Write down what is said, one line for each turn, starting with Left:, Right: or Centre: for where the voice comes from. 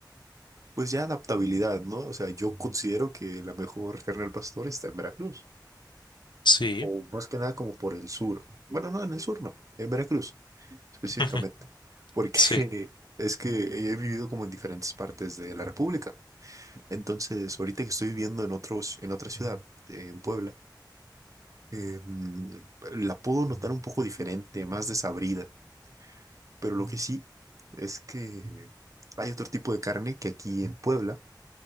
Right: pues ya adaptabilidad, ¿no? O sea, yo considero que la mejor carne al pastor está en Veracruz.
Left: Sí,
Right: o más que nada como por el sur. Bueno, no, en el sur no, en Veracruz específicamente,
Left: ujú,
Right: porque
Left: sí,
Right: <laughs> es que he vivido como en diferentes partes de la República. Entonces, ahorita que estoy viviendo en otros, en otra ciudad, eh, en Puebla, eh, mm, la puedo notar un poco diferente, más desabrida, pero lo que sí es que hay otro tipo de carne que aquí en Puebla